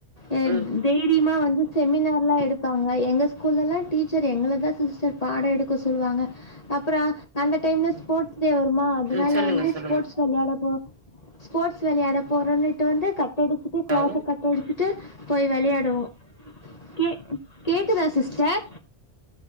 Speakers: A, on the left (about 40°); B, on the right (about 35°).
A: அ
B: ம்
A: தைரியமா வந்து செமினார்ல்லா எடுப்பாங்க எங்க ஸ்கூல்லல்லா டீச்சர் எங்கள தா சிஸ்டர் பாடோ எடுக்க சொல்லுவாங்க அப்புறோ அந்த டைம்ல ஸ்போட்ஸ் டே வருமா அதனால
B: ம் சொல்லுங்க
A: வந்து
B: சொல்லுங்க
A: ஸ்போட்ஸ் வெளையாட போறோ ஸ்போட்ஸ் வெளையாட போறோன்னுட்டு வந்து கட்டடிச்சிட்டு க்ளஸ்ச
B: ஹலோ
A: கட்டடிச்சி டு போய் வெளையாடுவோ கே கேக்குதா சிஸ்டர்